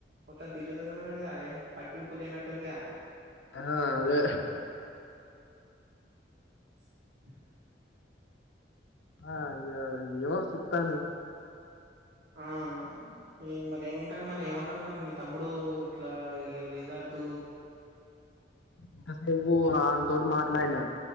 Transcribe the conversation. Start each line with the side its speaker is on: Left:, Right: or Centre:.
Right: మొత్తాం తిరుగుతూనే ఉన్నాడుగ ఏ పట్టి ఉప్పు లేనట్టుందిగా
Left: ఆ అదే
Right: చుత్తన్నాను
Left: ఆ అయ్య యొ సుత్తాను
Right: ఆ ఎం మరి ఏమంటాడి మరి ఏమన్నాడు మరి మీ తమ్ముడు ఇట్లా ఇయల రిజల్ట్
Left: ఇంతసేపు ఆనతోటి మాట్లాడిన